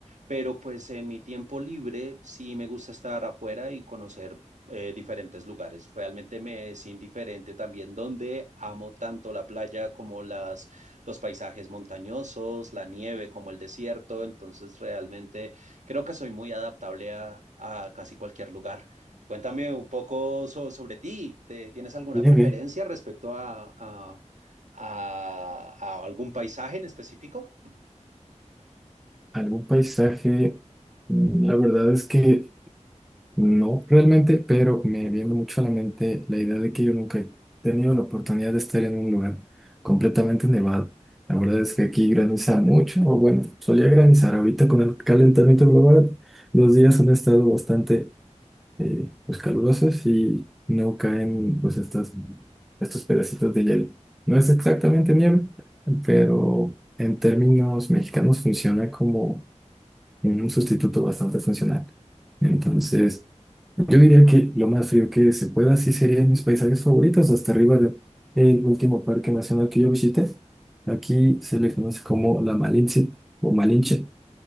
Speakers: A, on the right (about 75°); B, in the centre.
A: pero pues en mi tiempo libre sí me gusta estar afuera y conocer eh, diferentes lugares. Realmente me es indiferente también donde amo tanto la playa como las, los paisajes montañosos, la nieve como el desierto, entonces realmente creo que soy muy adaptable a, a casi cualquier lugar. Cuéntame un poco so- sobre ti. ¿Te- ¿Tienes alguna
B: Nieve,
A: preferencia respecto a, a, a a algún paisaje en específico?
B: algún paisaje. mm, La verdad es que No realmente, pero me viene mucho a la mente la idea de que yo nunca he tenido la oportunidad de estar en un lugar completamente nevado. La verdad es que aquí graniza mucho, o bueno, solía granizar. Ahorita con el calentamiento global, los días han estado bastante eh, pues, calurosos y no caen pues estas, estos pedacitos de hielo. No es exactamente nieve, pero en términos mexicanos funciona como un sustituto bastante funcional. Entonces... Yo diría que lo más frío que se pueda, sí serían mis paisajes favoritos, hasta arriba del último parque nacional que yo visité. Aquí se le conoce como la Malinche o Malinche.